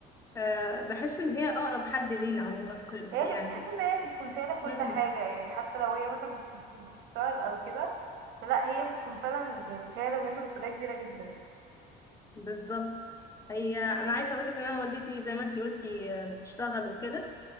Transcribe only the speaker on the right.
هي
اللي بتحس ان هي بتكون شايله كل
حاجه يعني حتى لو هي مثلا مش مش بتشتغل او كده فلا هي بتكون فعلا يعني شايله بجد مسؤوليه كبيره جدا